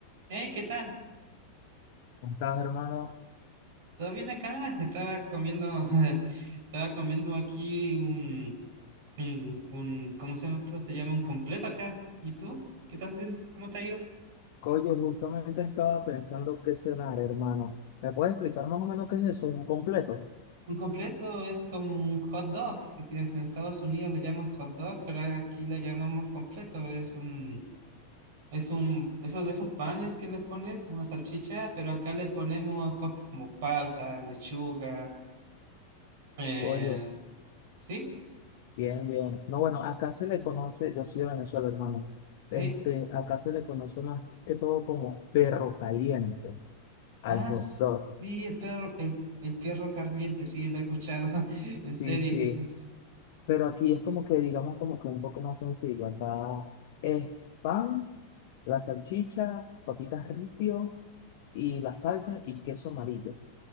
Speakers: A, on the right (about 55°); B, on the left (about 50°).
A: Hey, ¿qué tal?
B: ¿Cómo estás, hermano?
A: ¿Todo bien acá? <laughs> Estaba comiendo, <laughs> estaba comiendo aquí un, un, un- ¿cómo se llama esto? Se llama un completo acá. ¿Y tú? ¿Qué estás haciendo? ¿Cómo te ha ido?
B: Oye, justamente estaba pensando qué cenar, hermano. ¿Me puedes explicar más o menos qué es eso? ¿Un completo?
A: Un completo es como un hot dog, que tienes en Estados Unidos le llaman hot dog, pero aquí lo llamamos completo. Es un, es un, esos de esos panes que le pones, una salchicha, pero acá le ponemos cosas como palta, lechuga, eh,
B: Oye,
A: ¿sí?
B: bien, bien. No, bueno, acá se le conoce, yo soy de Venezuela, hermano.
A: Sí,
B: Este, acá se le conoce más que todo como perro caliente al
A: Ah,
B: hot
A: sí,
B: dog.
A: sí, el perro, el, el perro caliente, sí, lo he escuchado <laughs> en
B: Sí,
A: series.
B: sí.
A: eso es-
B: Pero aquí es como que, digamos, como que un poco más sencillo. Acá es pan, la salchicha, papitas ripio y las salsas y queso amarillo.